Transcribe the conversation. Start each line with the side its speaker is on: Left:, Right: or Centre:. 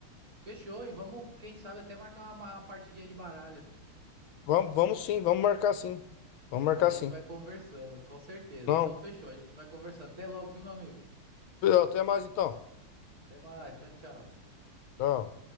Right: Fechou e vamos, quem sabe, até marcar uma, uma partidinha de baralho.
Left: Vamos, vamos sim, vamos marcar sim. Vamos marcar
Right: A gente
Left: sim.
Right: vai conversando, com certeza.
Left: Não,
Right: Então fechou, a gente vai conversando. Até logo, viu, meu amigo?
Left: até mais então.
Right: Até mais, tchau, tchau.
Left: Tchau.